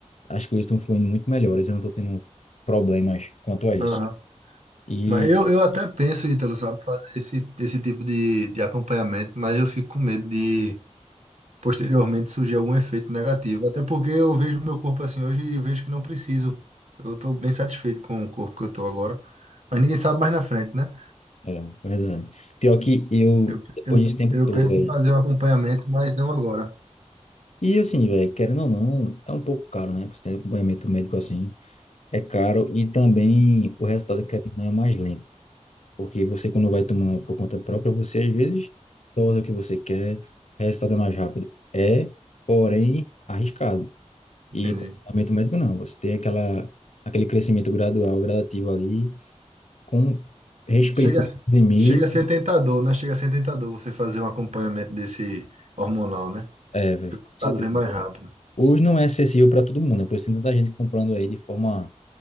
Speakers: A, on the left; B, on the right.
A: as coisas estão fluindo muito melhores. Eu não tô tendo problemas quanto a isso.
B: Ah,
A: e
B: Mas eu, eu até penso, Ítalo, sabe, fazer esse, esse tipo de, de acompanhamento, mas eu fico com medo de posteriormente surgir algum efeito negativo. Até porque eu vejo meu corpo assim hoje e vejo que não preciso. Eu estou bem satisfeito com o corpo que eu estou agora. Mas ninguém sabe mais na frente, né?
A: É, verdade. Pior que eu,
B: Eu,
A: depois
B: eu,
A: desse tempo
B: eu
A: todo,
B: penso
A: velho.
B: em fazer um acompanhamento, mas não agora.
A: E assim, velho, querendo ou não, é um pouco caro, né? Por você ter acompanhamento médico assim, é caro e também o resultado, querendo ou não, é mais lento. Porque você, quando vai tomando por conta própria, você às vezes dosa o que você quer, o resultado é mais rápido. É, porém, arriscado. E
B: Entendi.
A: acompanhamento médico não. Você tem aquela, aquele crescimento gradual, gradativo ali, com respeitando
B: Chega, a
A: os limites.
B: chega a ser tentador, né? Chega a ser tentador você fazer um acompanhamento desse hormonal, né?
A: É, velho,
B: Porque
A: com
B: o
A: certeza.
B: resultado vem mais rápido.
A: Hoje não é acessível para todo mundo, né? Por isso tem tanta gente comprando aí de forma